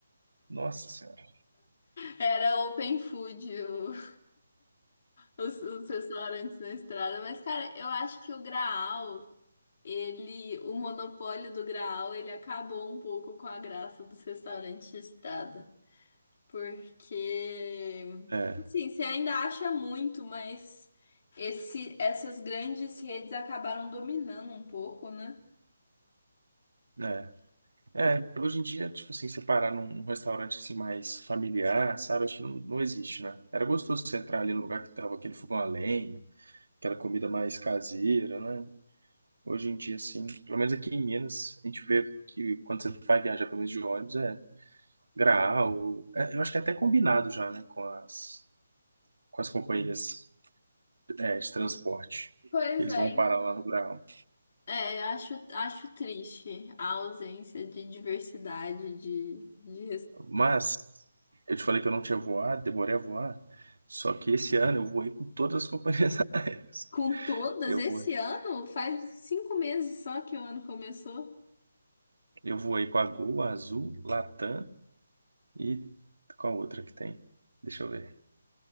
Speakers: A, on the right; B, on the left.
A: nossa senhora.
B: Era open food o- os, os restaurantes na estrada. Mas, cara, eu acho que o Graal, ele, o monopólio do Graal, ele acabou um pouco com a graça dos restaurantes de estrada. Porque,
A: É,
B: assim, você ainda acha muito, mas esse, essas grandes redes acabaram dominando um pouco, né?
A: né? É, hoje em dia, tipo assim, você parar num, num restaurante assim mais familiar, sabe? Acho que não, não existe, né? Era gostoso você entrar ali no lugar que tava aquele fogão a lenha, aquela comida mais caseira, né? Hoje em dia, assim, pelo menos aqui em Minas, a gente vê que quando você vai viajar, pelo menos de ônibus, é Graal, é, eu acho que é até combinado já, né, com as, com as companhias, é, de transporte,
B: Pois
A: que eles
B: é.
A: vão parar
B: então.
A: lá no Graal.
B: É, acho, acho triste a ausência de diversidade de, de
A: Mas eu te falei que eu não tinha voado, demorei a voar, só que esse ano eu voei com todas as companhias <laughs> aéreas.
B: Com todas,
A: Eu
B: esse
A: voei,
B: ano? Faz cinco meses só que o ano começou.
A: eu voei com a Gol, a Azul, Latam e com a outra que tem? Deixa eu ver.